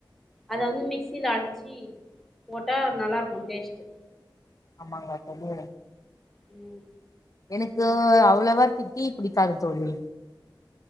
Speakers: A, in the centre; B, on the left.
A: அத வந்து மிக்ஸியில அடிச்சு போட்டா நல்லாயிருக்கு டேஸ்ட்டு
B: ஆமாங்க சொல்லிருங்
A: ம்
B: எனக்கு அவ்ளோவா ட் டீ புடிக்காது தோழி